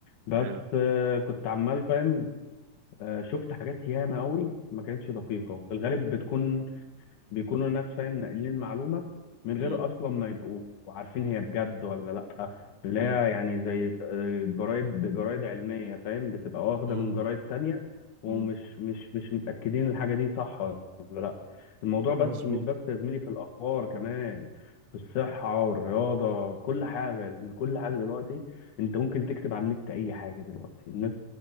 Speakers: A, on the left; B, on the right.
A: بس
B: حلو
A: آه، كنت عمال فاهم آه، شفت حاجات ياما قوي ما كانتش دقيقه في الغالب بتكون بيكونوا الناس فاهم ناقلين المعلومة من غير
B: مم.
A: أصلا ما يبقوا عارفين هي بجد ولا لأ اللي
B: مم.
A: هي يعني زي آه، جرايد جرايد علمية فاهم بتبقى واخدة
B: مم.
A: من جرايد تانية ومش
B: مم.
A: مش مش متأكدين الحاجة دي صح ولا لأ. الموضوع
B: مظبوط
A: بس مش بس يا زميلي في الأخبار كمان في الصحة والرياضة كل حاجة يا زميلي كل حاجة دلوقتي أنت ممكن تكتب على النت أي حاجة دلوقتي الناس